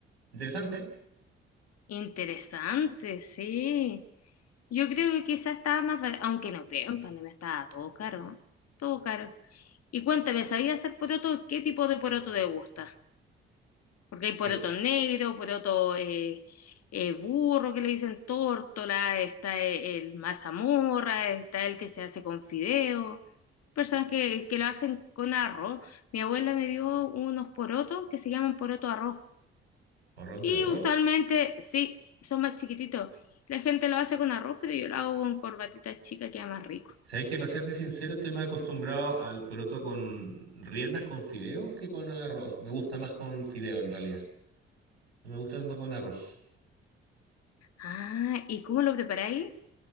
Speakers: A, on the right; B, on the left.
A: Interesante. ¿eh?
B: Interesante, sí. Yo creo que quizás estaba más, ba- aunque no creo, en pandemia estaba todo caro, todo caro. Y cuéntame, ¿sabías hacer poroto? ¿Qué tipo de poroto te gusta? Porque hay poroto
A: Me-
B: negro, poroto eh, eh, burro que le dicen tórtola, está e- el, mazamorra, está el que se hace con fideo, personas que, que lo hacen con arroz. Mi abuela me dio unos porotos que se llaman poroto arroz.
A: Poroto
B: Y
A: de arroz.
B: usualmente, sí, son más chiquititos. La gente lo hace con arroz, pero yo lo hago con corbatita chica, queda más rico.
A: Sabes que para serte sincero, estoy más acostumbrado al poroto con riendas con fideos que con arroz. Me gusta más con fideo en realidad. No me gusta tanto con arroz.
B: Ah, ¿y cómo lo preparáis?